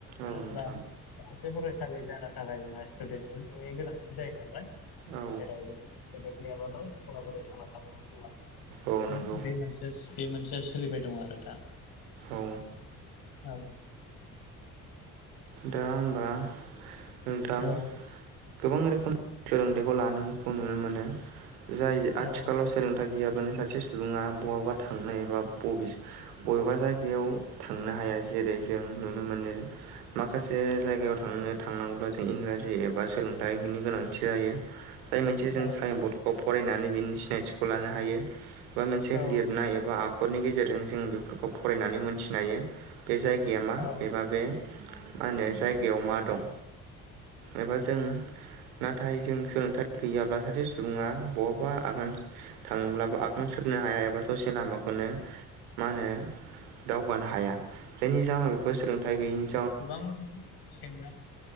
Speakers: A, on the right; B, on the left.
A: औ
B: आरो
A: नोंथां
B: बा गंसे फरायसालि जानो थाखाय जोंना स्टुडेन्टनि गोनांथि जायो नालाय
A: औ
B: <inaudible> गैयाबाथ' स्कुला बोरै थांना थानागौ जोंना।
A: औ नोंगौ।
B: बे मोनसे बे मोनसेया सोलिबाय दं आरो दा।
A: औ
B: औ।
A: दा होमबा नोंथां
B: औ
A: गोबां रोखोम‌ सोलोंथाइखौ लानायखौ नुनो मोनो। जाय आथिखालाव
B: औ
A: सोलोंथाइ गैयाब्लानो सासे सुबुङा बहाबा थांनाय एबा बबे बबेबा जायगायाव थांनो हाया जेरै जों नुनो मोनो माखासे जायगायाव थांनो थांनांगौब्ला जों इंराजि एबा सोलोंथायाइनि गोनांथि जायो। जाय मोनसे जों
B: औ
A: सायन बर्डखौ फरायनानै बिनि सिनायथिखौ लानो हायो। बा मोनसे
B: औ
A: लिरनाय एबा आखरनि गेजेरजों जों बेफोरखौ फरायनानै मोन्थिनो हायो। बे जायगाया मा
B: औ औ
A: एबा बे मा होनो जायगायाव मा दं। एबा जों नाथाय जों सोलोंथाइ गैयाब्ला सासे सुबुङा बहाबा आगान थाङोब्लाबो आखाम सुरनो हाया एबा ससे लामाखौनो मा होनो दावगानो हाया। जायनि जाहोनाव बेफोर सोलोंथाइ गैयिनि
B: गोबां जेंना